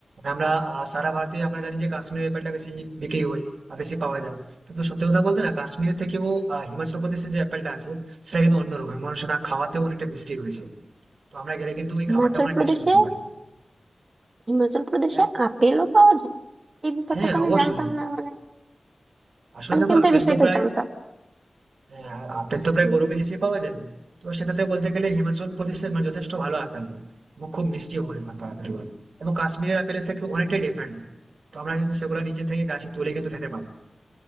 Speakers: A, on the right; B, on the right.
A: আমরা আহ, সারা ভারতে আমরা জানি যে কাশ্মীরের অ্যাপেলটা বেশি বিক্রি হয় বা বেশি পাওয়া যায় কিন্তু সত্যি কথা বলতে না কাশ্মীরের থেকেও আহ, হিমাচল প্রদেশে যে অ্যাপেলটা আছে সেটা কিন্তু অন্যরকম মানে সেটা খাওয়াতেও অনেকটা মিষ্টি রয়েছে তো আমরা গেলে কিন্তু ওই
B: হিমাচল
A: খাবারটা ওখানে
B: প্রদেশে
A: টেস্ট করতে পারি
B: হিমাচল প্রদেশে
A: হ্যাঁ
B: আপেলও পাওয়া যায় এই ব্যাপারটা
A: হ্যাঁ,
B: তো আমি
A: অবশ্যই
B: জানতাম না মানে
A: আসলে
B: আমি
A: দেখো
B: কিন্তু
A: আপেল
B: এই বিষয়টা
A: তো প্রায়
B: জানতাম না।
A: আহ, আপেল তো প্রায়
B: হুম,
A: বরফে দেশে পাওয়া যায় তো সেক্ষেত্রে বলতে গেলে হিমাচল প্রদেশে মানে যথেষ্ট ভালো আপেল হয় এবং খুব মিষ্টি হয় ওখানকার আপেলগুলো এবং কাশ্মীরের আপেলের থেকে অনেকটাই ডিফারেন্ট তো আমরা কিন্তু সেগুলো নিচে থেকে গাছে তুলে কিন্তু খেতে পারবো